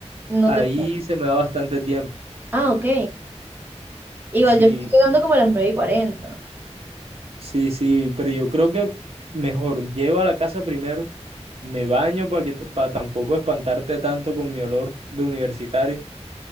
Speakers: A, on the right; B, on the right.
A: No
B: ahí
A: te...
B: se me da bastante tiempo.
A: Ah, ok. Igual
B: Sí,
A: yo estoy llegando como a las nueve y cuarenta.
B: Sí, sí, pero yo creo que mejor llevo a la casa primero, me baño para que para tampoco espantarte tanto con mi olor de universitario